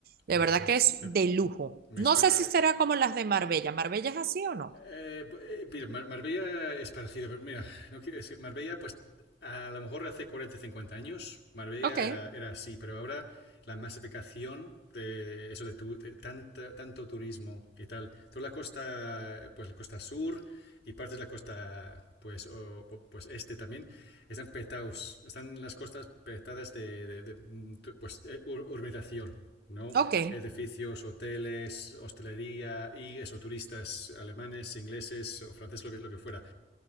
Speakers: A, on the left (about 65°); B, on the right (about 55°).
A: Hombre,
B: De verdad
A: pues
B: que es
A: me,
B: de lujo.
A: me, me
B: No
A: suena,
B: sé si será como las de Marbella. ¿Marbella es así o no?
A: Eh, mira, Mar Marbella es parecido, pero mira, no quiero decir, Marbella, pues a lo mejor hace 40, 50 años, Marbella
B: Ok,
A: era, era así, pero ahora la masificación de eso de, tu, de tanta, tanto turismo y tal, toda la costa, pues la costa sur y partes de la costa, pues, o, pues este también, están petados, están las costas petadas de, de, de pues, urbanización. ¿no?
B: ok,
A: Edificios, hoteles, hostelería y eso, turistas alemanes, ingleses o franceses, lo que, lo que fuera.